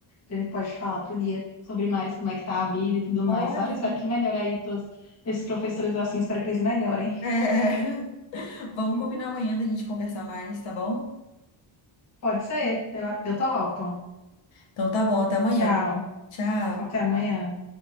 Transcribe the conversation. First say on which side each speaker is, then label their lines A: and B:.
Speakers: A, on the left (about 30°); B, on the left (about 65°).
A: A gente pode falar outro dia sobre mais como é que tá a vida e tudo
B: Pode.
A: mais, sabe? Espero
B: vamos-
A: que melhore aí todos esses professores assim, espero que eles melhorem.
B: É, <laughs> Vamos
A: Uhum.
B: combinar amanhã da gente conversar mais, tá bom?
A: Pode ser, eu, eu topo.
B: Então tá bom, até amanhã.
A: Tchau,
B: Tchau.
A: até amanhã.